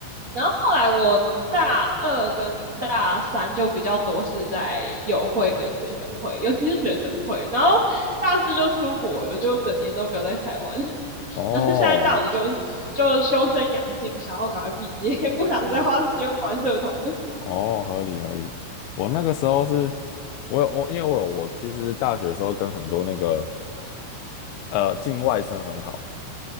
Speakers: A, on the right (about 55°); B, on the left (about 80°).
A: 然后后来我大二跟大三就比较多是在友会跟学生会，尤其是学生会。然后大四就出国了，就整年都没有在台湾。<laughs>
B: 哦哦。
A: 然后现在大五就就修身养性，想要赶快毕业，<laughs> 不想再花时间玩社团。
B: 哦哦，合理合理。我那个时候是，我有我因为我有我其实大学的时候跟很多那个呃境外生很好，